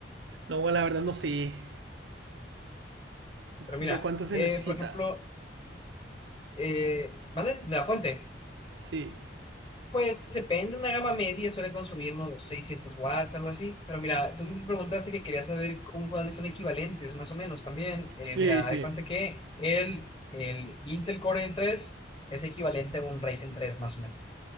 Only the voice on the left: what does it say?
Pero mira,
eh,
por ejemplo, eh, ¿vale? La fuente.
Pues depende, una gama media suele consumir unos 600 watts, algo así. Pero mira, tú me preguntaste que querías saber con cuáles son equivalentes, más o menos también. Eh,
mira,
haz de cuenta que el, el Intel Core N3 es equivalente a un Ryzen 3, más o menos.